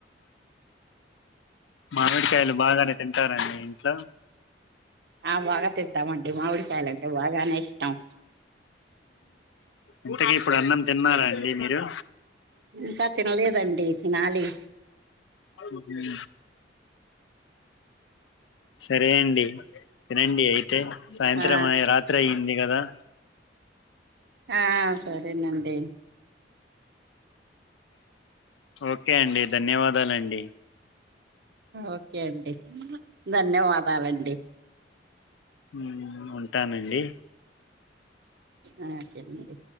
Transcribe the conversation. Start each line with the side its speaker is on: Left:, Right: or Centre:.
Left: మామిడికాయలు బాగానే తింటారండి ఇంట్లో
Right: ఆ బాగా తింటామండి మామిడికాయలు అంటె బాగానే ఇష్టం
Left: ఇంతకి ఇప్పుడు అన్నం తిన్నారా అండి మీరు
Right: ఇంకా తినలేదండి తినాలి
Left: ఉహు సరే అండి తినండి అయితే సాయంత్రం
Right: ఆ
Left: అయ్ రాత్రి అయింది కదా
Right: ఆ సరేనండి
Left: ఓకే అండి ధన్యవాదాలండి
Right: ఓకే అండి ధన్యవాదాలండి
Left: ఉమ్ ఉంటానండి
Right: ఆ సరేనండి